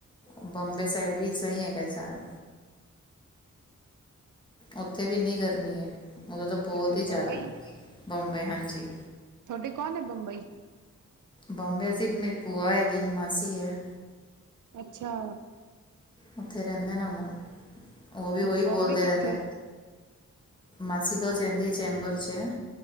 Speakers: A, on the left; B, on the right.
A: ਬੰਬੇ ਸਾਈਡ ਵੀ ਇਸ ਤਰ੍ਹਾਂ ਹੀ ਹੈਗਾ ਸਾਰਾ। ਉੱਥੇ ਵੀ ਇੰਨੀ ਗਰਮੀ ਹੈ। ਉਦੋਂ ਤੋਂ ਬਹੁਤ
B: ਕਿੱਥੇ
A: ਹੀ ਜ਼ਿਆਦਾ।
B: ਬੰਬਈ
A: ਬੰਬੇ ਹਾਂਜੀ।
B: ਤੁਹਾਡੇ ਕੋਣ ਐ ਬੰਬਈ।
A: ਬੰਬੇ ਸੇ ਇਕ ਮੇਰੀ ਭੂਆ ਹੈਗੀ, ਇਕ ਮਾਸੀ ਹੈ।
B: ਅੱਛਾ।
A: ਉੱਥੇ ਰਹਿੰਦੇ ਨਾ ਉਹ, ਉਹ ਵੀ ਉਹੀ
B: ਬੋਮਬੇ
A: ਬੋਲਦੇ
B: ਕਿੱਥੇ
A: ਰਹਿੰਦੇ। ਮਾਸੀ ਤੋਂ। ਚਦੀ ਚੈਂਬਰ ਚ ਹੁੰ,